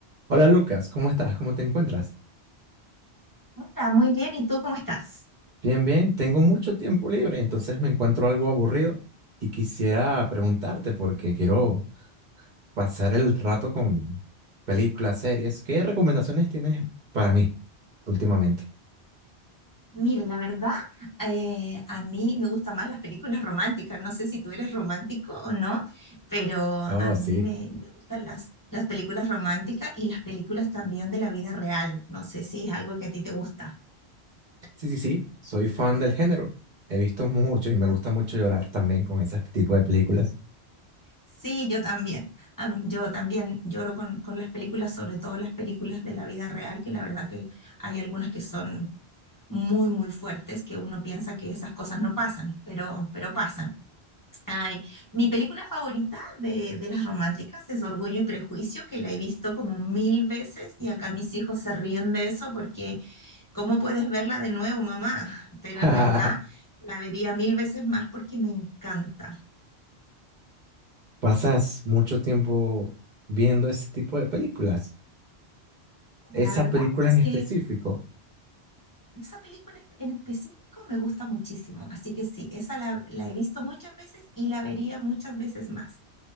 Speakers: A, on the right; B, on the left.
A: Hola Lucas, ¿cómo estás? ¿Cómo te encuentras?
B: Hola, muy bien. ¿Y tú cómo estás?
A: Bien, bien, tengo mucho tiempo libre, entonces me encuentro algo aburrido y quisiera preguntarte porque quiero pasar el rato con películas, series. ¿Qué recomendaciones tienes para mí últimamente?
B: Mira, la verdad, eh, a mí me gustan más las películas románticas. No sé si tú eres romántico o no, pero
A: Oh,
B: a mí
A: sí.
B: me, me gustan las, las películas románticas y las películas también de la vida real. No sé si es algo que a ti te gusta.
A: Sí, sí, sí, soy fan del género. He visto mucho y me
B: Ah,
A: gusta mucho llorar también con ese tipo de películas.
B: Sí, yo también. A mí- Yo también lloro con, con las películas, sobre todo las películas de la vida real, que la verdad que hay algunas que son muy, muy fuertes, que uno piensa que esas cosas no pasan, pero, pero pasan. Ay, mi película favorita de, de las románticas es Orgullo y Prejuicio, que la he visto como mil veces y acá mis hijos se ríen de eso porque ¿cómo puedes verla de nuevo, mamá? Pero
A: <laughs>
B: en verdad la vería mil veces más porque me encanta.
A: ¿Pasas mucho tiempo viendo ese tipo de películas?
B: Pero
A: ¿Esa
B: la verdad
A: película
B: es
A: en
B: que
A: específico?
B: esa película en en específico me gusta muchísimo, así que sí, esa la, la he visto muchas veces y la vería muchas veces más.